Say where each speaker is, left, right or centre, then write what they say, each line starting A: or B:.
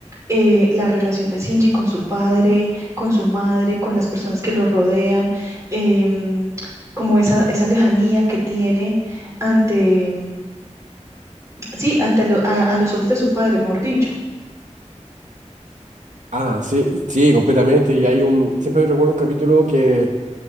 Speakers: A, on the right; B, on the right.
A: eh, la relación de Shinji con su padre, con su madre, con las personas que lo rodean, em, como esa, esa lejanía que tiene ante, em, sí, ante lo- a, a los ojos de su padre, mejor dicho.
B: Ah, sí, sí, completamente. Y hay un, siempre recuerdo un capítulo que,